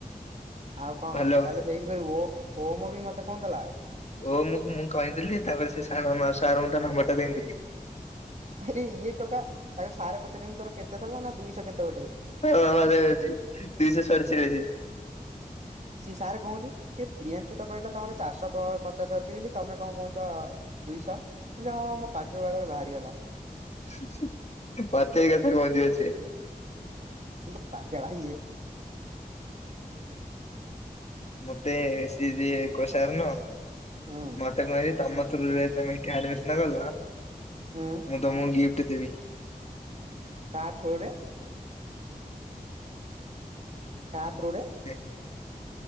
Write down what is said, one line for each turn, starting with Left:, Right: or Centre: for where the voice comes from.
Right: ଆଉ କଣ
Left: ଭଲ।
Right: ତାହେଲେ ସେଇଠି କରିବି ଓ ଓମ ବି ମତେ କହୁଥିଲା।
Left: ଓ ମୁଁ ମୁଁ କହିଦେଥିଲି ତାପରେ ସେ ସାରୁ ମୁ ତା ନମ୍ବର ଟା ଦେଇଥିଲି।
Right: ଆରେ ଇଏ ଟୋକା ତାକୁ ସାରେ ପଚାରିନ ତୋର କେତେ ଥିଲା ନା ଦୁଇଶହ କେତେ ଗୋଟେ।
Left: <unintelligible> ହ ଦୁଇଶହ ସଡଚାଳିଶି।
Right: ସିଏ ସାରେ କୁହନ୍ତି କେ ପ୍ରିୟାନଶୁ ତ କହିଲା ତମର ଚାରିଶହ ପଚାଶ ଅଛି ବୋଲି ତମେ କଣ କହୁଛ ଦୁଇଶହ ହଁ ହଁ ମୋ ପା ପାଟିରୂ ବାର ବାହାରୁ ବାହାରିଗଲା।
Left: ହୁଁ ହୁଁ ପତୁଭାଇ କଥା କହୁଚି ପା ସିଏ।
Right: କି ପାଗଳା ଇଏ।
Left: ମତେ ସି କୋଷାର ନ
Right: ହୁଁ
Left: ମତେ କହିଲେ ତମ ଥ୍ରୁ ରେ ତମେ ଏଠି ଆଡମିସନ ଗଲା
Right: ହୁଁ
Left: ମୁଁ ତମକୁ ଗିପ୍ କେତେ ଦେବି।
Right: କାହା ଥ୍ରୁ ରେ? କା ଥ୍ରୋ ରେ?
Left: ହେ।